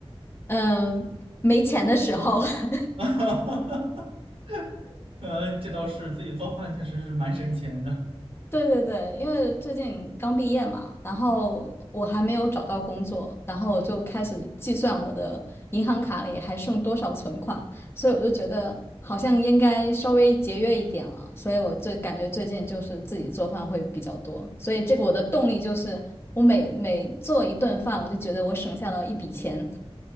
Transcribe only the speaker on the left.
嗯，没钱的时候，<laughs>
对对对，因为最近刚毕业嘛，然后我还没有找到工作，然后我就开始计算我的银行卡里还剩多少存款，所以我就觉得好像应该稍微节约一点了，所以我最感觉最近就是自己做饭会比较多，所以这个我的动力就是我每每做一顿饭，我就觉得我省下了一笔钱。